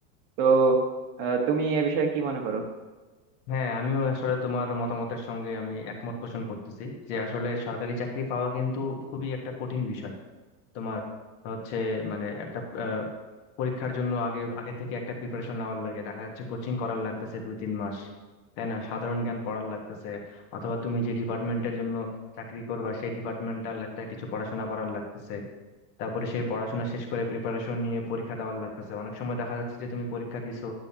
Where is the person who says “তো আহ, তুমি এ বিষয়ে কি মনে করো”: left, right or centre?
Right